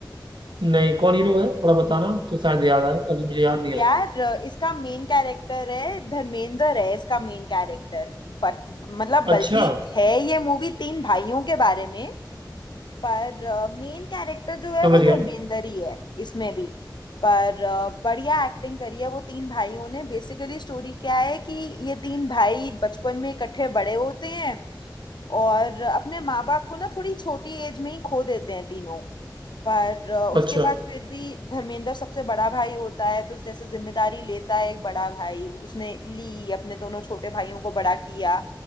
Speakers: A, on the right; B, on the left.
A: नहीं कौन हीरो है थोड़ा बताना तो शायद याद आए अभी मुझे याद नहीं
B: यार
A: आ रहा
B: अ, इसका मेन कैरेक्टर है धर्मेंद्र है इसका मेन कैरेक्टर बट मतलब बल्कि
A: अच्छा
B: है ये मूवी तीन भाइयों के बारे में पर मेन कैरेक्टर जो है
A: समझ
B: वो धर्मेंद्र
A: गया मैं
B: ही है इसमें भी पर अ, बढ़िया एक्टिंग करी है वो तीन भाइयों ने बेसिकली स्टोरी क्या है कि ये तीन भाई बचपन में इकट्ठे बड़े होते हैं और अपने माँ बाप को ना थोड़ी छोटी एज में ही खो देते हैं तीनों पर अ, उसके
A: अच्छा
B: बाद फिर भी धर्मेंद्र सबसे बड़ा भाई होता है तो जैसे जिम्मेदारी लेता है एक बड़ा भाई उसने ली अपने दोनों छोटे भाइयों को बड़ा किया